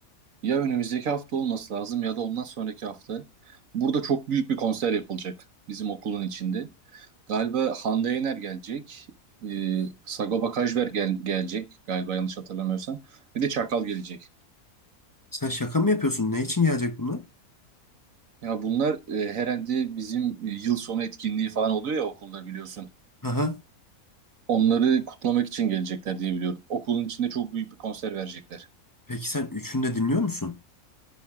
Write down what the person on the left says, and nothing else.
Sen şaka mı yapıyorsun? Ne için gelecek bunlar?
Aha.
Peki sen üçünü de dinliyor musun?